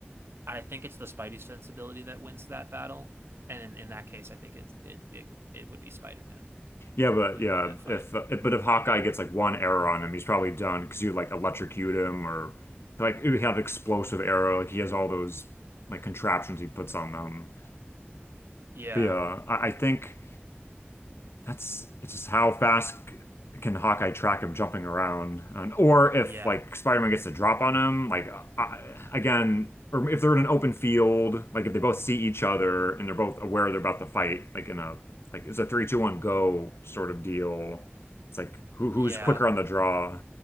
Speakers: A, on the right; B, on the left.
A: And I think it's the Spidey sensibility that wins that battle. And in, in that case, I think it it it, it would be Spider-Man
B: Yeah, but
A: who would
B: yeah,
A: win that fight.
B: if, uh, but if Hawkeye gets like one arrow on him, he's probably done because you like electrocute him or like you have explosive arrow. Like he has all those like contraptions he puts on them.
A: Yeah,
B: But yeah, I, I think. That's it's just how fast c- can Hawkeye track him jumping around, and, or if
A: yeah,
B: like Spider-Man gets a drop on him, like I, again, or if they're in an open field, like if they both see each other and they're both aware they're about to fight, like in a like it's a three, two, one, go sort of deal. It's like who who's
A: yeah.
B: quicker on the draw?